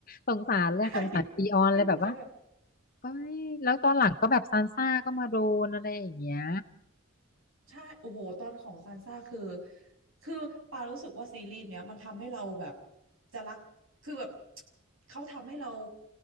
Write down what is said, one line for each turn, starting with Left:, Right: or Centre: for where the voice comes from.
Left: สงสารเลยสงสารตีออนเลยแบบว่า
Right: <laughs> ใช่ เป็นเหมือนกันแบบ
Left: เอ้ยแล้วตอนหลังก็แบบซานซ่าก็มาโดนอะไรอย่างเงี้ย
Right: ใช่โอ้โหตอนของซานซ่าคือ คือปารู้สึกว่าซีรีส์เนี้ยมันทำให้เราแบบจะรัก คือแบบ <tsk> เขาทำให้เรา